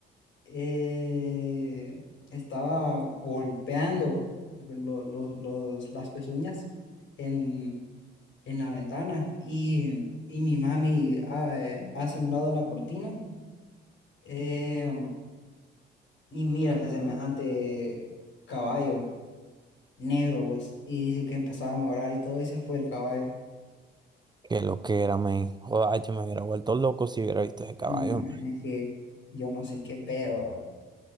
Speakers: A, on the left; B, on the right.
A: eh, estaba golpeando lo- lo- los, las pezuñas en, en la ventana y, y mi mami ah, eh, hace a un lado la cortina eh, y mira ese semejante caballo. negro, vos. Y dice que empezaron a orar y todo, y se fue el caballo.
B: que lo que era, man. Joder, yo me hubiera vuelto loco si hubiera visto ese caballo,
A: No, man, es que yo no sé qué pedo.